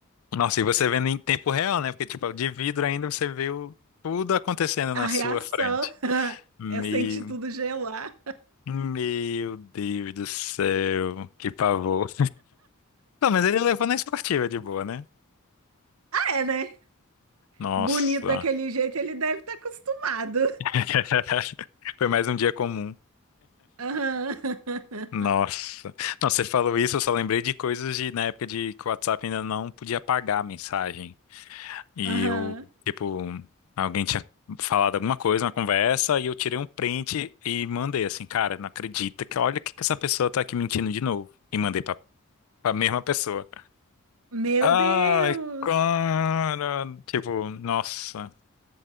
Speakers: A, on the left (about 75°); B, on the right (about 85°).
A: Nossa, e você vendo em tempo real, né? Porque, tipo, de vidro ainda você viu tudo acontecendo
B: A
A: na
B: reação,
A: sua frente.
B: <laughs>
A: Meu,
B: eu senti tudo gelar.
A: meu Deus do céu. Que pavor. Não, mas ele levou na esportiva de boa, né?
B: Ah, é, né?
A: Nossa.
B: Bonito daquele jeito, ele deve estar acostumado.
A: <laughs> Foi mais um dia comum.
B: Aham.
A: Nossa.
B: <laughs>
A: Não, você falou isso, eu só lembrei de coisas de na época de que o WhatsApp ainda não podia apagar a mensagem. E
B: Aham.
A: eu, tipo, alguém tinha falado alguma coisa na conversa e eu tirei um print e mandei assim, cara, não acredita que olha o que que essa pessoa tá aqui mentindo de novo. E mandei pra, pra mesma pessoa.
B: Meu
A: Ai,
B: Deus!
A: cara. Tipo, nossa.